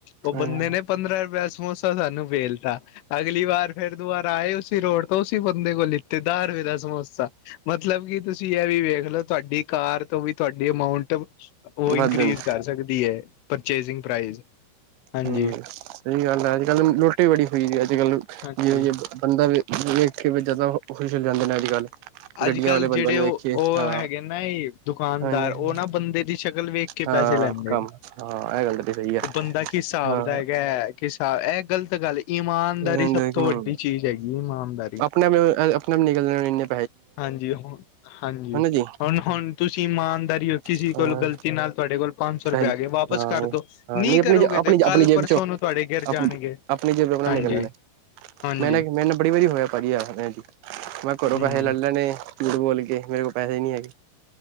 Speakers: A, on the left; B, on the right.
A: ਓ ਬੰਦੇ
B: ਹਾਂ
A: ਨੇ ਪੰਦਰਾਂ ਰੁਪਏ ਸਮੋਸਾ ਸਾਨੂੰ ਵੇਲਤਾ, ਅਗਲੀ ਵਾਰ ਫੇਰ ਦੁਬਾਰ ਆਏ ਉਸ। ਫਿ ਰੋੜ ਤੋਂ ਉਸੀ ਬੰਦੇ ਕੋਲ ਲਿੱਤੇ, ਦਾਰ ਰਪਏ ਦਾ ਸਮੋਸਾ। ਮਤਲਬ ਕਿ ਤੁਸੀਂ ਇਹ ਵੀ ਵੇਖ ਲੋ ਤੁਹਾਡੀ ਕਾਰ ਤੋਂ ਵੀ ਤੁਹਾਡੀ ਅਮਾਊਂਟ। ਉਹ
B: ਵਧਣ
A: ਇਨਕਰੀਜ਼ ਕਰ ਸਕਦੀ ਹੈ। Purchasing price. ਹਾਂਜੀ
B: ਹਾਂ, ਸਹੀ ਗੱਲ ਹੈ ਅੱਜ ਕੱਲ ਲੁੱਟ ਬੜੀ ਹੋ ਅੱਜ ਕੱਲ
A: ਹਾਂਜੀ
B: ਜਿ। ਬੰਦਾ ਵ ਵੇਖ ਕੇ ਜਦਾ ਖੁਸ਼ ਹੋ ਜਾਂਦੇ ਨੇ ਅੱਜ ਕੱਲ੍ਹ।
A: ਅੱਜ
B: ਗੱਡੀਆਂ
A: ਕੱਲ
B: ਵਾਲੇ ਬੰਦਿਆਂ
A: ਜਿਹੜੇ
B: ਨੂੰ
A: ਉਹ
B: ਵੇਖੀਏ
A: ਉਹ
B: ਹਾਂ
A: ਹੈਗੇ ਨਾ ਇਹ ਦੁਕਾਨਦਾਰ
B: ਹਾਂਜੀ
A: ਉਹ ਨਾ ਬੰਦੇ ਦੀ ਸ਼ਕਲ ਵੇਖ। ਕੇ
B: ਹਾਂ
A: ਪੈਸੇ ਲੈਂਦੇ
B: ਕੰਮ
A: ਨੇ
B: ਹਾਂ ਇਹ ਗੱਲ ਤਾਂ ਸਹੀ ਆ
A: ਉਹ ਬੰਦਾ ਕੀ ਹਿਸਾਬ
B: ਹਾਂ
A: ਦਾ ਹੈਗਾ। ਕਿਸ ਇਹ ਗ਼ਲਤ ਗੱਲ ਇਮਾਨਦਾਰੀ
B: ਹਮ
A: ਸਭ ਤੋਂ ਵੱਡੀ ਚੀਜ਼ ਹੈਗੀ ਇਮਾਨਦਾਰੀ।
B: ਆਪਣੇ ਆਪ ਇਹ ਆਪਣੇ ਆਪ ਨਿਕਲ ਜਾਣੇ ਨੇ।
A: ਹਾਂਜੀ -ਹਾਂਜੀ
B: ਜੀ
A: ਹੁਣ ਹੁਣ ਤੁਸੀਂ ਇਮਾਨਦਾਰੀ ਰਖੀ ਸੀ
B: ਹਾਂ
A: ਤੋ ਗ਼ਲਤੀ ਨਾਲ ਤੁਹਾਡੇ ਕੋਲੋ। ਪੰਜ ਸੌ ਰੁਪਇਆ
B: ਹਾਂ
A: ਆਗੇ ਵਾਪਸ
B: ਹਾਂ
A: ਕਰਦੋ ਨੀ
B: ਨਹੀਂ ਆਪਣੀ
A: ਕਰੋਗੇ
B: ਆਪਣੀ
A: ਤੇ
B: ਆਪਣੀ
A: ਕੱਲ
B: ਜੇਬ
A: ਪਰਸੋਂ
B: ਚੋਂ
A: ਨੂੰ ਤੁਹਾਡੇ ਗਿਰ
B: ਆਪਣੀ
A: ਜਾਣਗੇ
B: ਆਪਣੀ ਜੇਬ ਆਪਣਾ
A: ਹਾਂਜੀ।
B: ਨਿਕਲ ਲੈਣੇ
A: ਜੀ ਹਾਂਜੀ।
B: ਮੈਂ ਨਾ ਮੇਰੇ ਨਾਲ ਬੜੀ ਵਾਰੀ ਹੋਇਆ ਭਾਜੀ ਆ ਮੈਂ ਘਰੋਂ
A: ਹਮ
B: ਪੈਸੇ ਲੈ ਲੈਣੇ। ਝੂਠ ਬੋਲ ਕੇ ਮੇਰੇ ਕੋਲ ਪੈਸੇ ਹੀ ਨਹੀਂ ਹੈਗੇ।